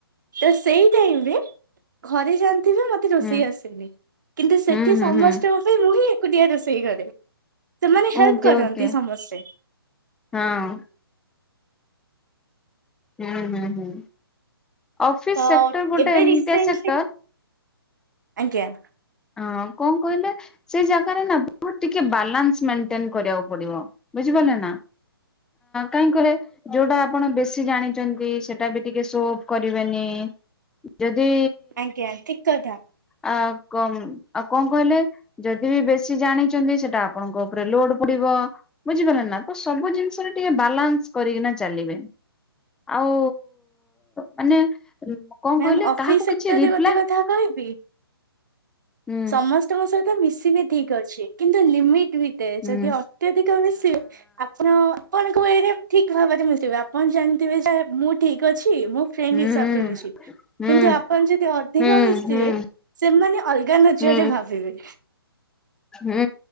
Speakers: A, on the right (about 50°); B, in the centre.
A: ତ ସେଇ ଟାଇମରେ ଘରେ ଯା ମତେ ରୋଷେଇ
B: ହୁଁ
A: ଆସେନି କିନ୍ତୁ ସେଠି
B: ହୁଁ ହୁଁ
A: ସମସ୍ତଙ୍କ
B: ହୁଁ
A: ପାଇଁ ମୁଁ ହିଁ ଏକୁଟିଆ ରୋଷେଇ ଘରେ ସେମାନେ ହେଲ୍ପ
B: ଓକେ
A: କରନ୍ତି
B: ଓକେ
A: ସମସ୍ତେ
B: ହଁ। ହୁଁ ହୁଁ ହୁଁ। ଅଫିସ
A: ତ
B: ସେକ୍ଟର ଗୋଟେ
A: ଏବେ
B: ଏମିତିଆ
A: ରିସେଣ୍ଟଲି
B: ସେକ୍ଟର।
A: ଆଜ୍ଞା।
B: ହଁ କଣ କହିଲେ? ସେଇ ଜାଗାରେ ନା ବହୁତ ଟିକେ ବାଲାନ୍ସ ମେଣ୍ଟେନ କରିବାକୁ ପଡିବ ବୁଝିପାରିଲେ ନା କାହିଁକ କହିଲେ ଯୋଉଟା ଆପଣ ବେଶୀ ଜାଣିଛନ୍ତି ସେଟା ବି ଟିକେ ସୋଭ କରିବେନି। ଯଦି
A: ଆଜ୍ଞା ଠିକ କଥା
B: ଅ କମ୍ ଆଉ କଣ କହିଲେ ଯଦି ଦ ବି ବେଶୀ ଜାଣିଛନ୍ତି ସେଟା ଆପଣଙ୍କ ଉପରେ ଲୋଡ ପଡିବ ବୁଝିପାରିଲ ନା ତ ସବୁ ଜିନିଷରେ ଟିକେ ବାଲାନ୍ସ କରିକିନା ଚାଲିବେ ଆଉ ମାନେ କଣ
A: ମ୍ୟାମ
B: କହିଲେ
A: ଅଫିସ
B: କାହାକୁ
A: ସେକ୍ଟରରେ
B: କିଛି ରିପ୍ଲାଏ
A: ଗୋଟେ କଥା କହିବି।
B: ହୁଁ
A: ସମସ୍ତ ମ ସହିତ ମିଶିବି ଠିକ ଅଛି କିନ୍ତୁ ଲମିଟ
B: ହୁଁ
A: ଯଦି ଅତ୍ୟଧିକ ମିଶିବେ ଆପଣ, ଆପଣ ଠିକ ଭାବରେ ମିିଶିବେ ଆପଣ ଜାଣିଥିବେ ଯେ ମୁଁ ଠିକ ଅଛି ମୁଁ ଫ୍ରେଣ୍ଡ
B: ହଁ
A: ହିସାବରେ
B: ହୁଁ
A: ମିଶିବି।
B: ହୁଁ
A: କିନ୍ତୁ ଆପଣ ଯଦି ଅଧିକ
B: ହୁଁ
A: ମିଶିବେ
B: ହୁଁ
A: ସେମାନେ ଅଲଗା ନଜରରେ
B: ହୁଁ
A: ଭାବିବେ।
B: ହୁଁ